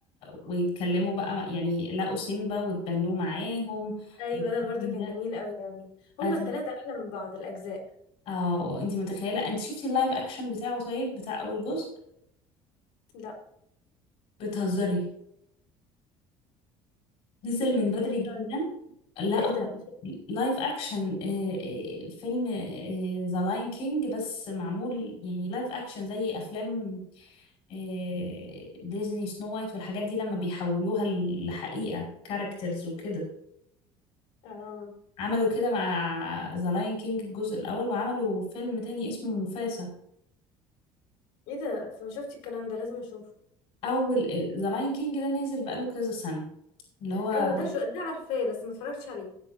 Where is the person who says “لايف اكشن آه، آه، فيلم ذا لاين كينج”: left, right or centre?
Left